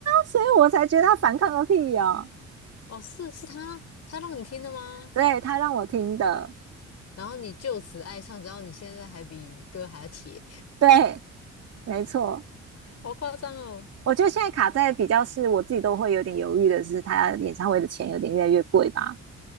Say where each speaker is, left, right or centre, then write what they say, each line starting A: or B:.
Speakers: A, on the right (about 55°); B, on the left (about 55°).
A: 所以我才觉得他反抗个屁哦，
B: 哦，是是他，他让你听的吗？
A: 对他让我听的。
B: 然后你就此爱上，然后你现在还比哥还要铁，
A: 对，没错。
B: <laughs> 好夸张哦！
A: 我觉得现在卡在比较是我自己都会有点犹豫的是，他演唱会的钱有点越来越贵吧？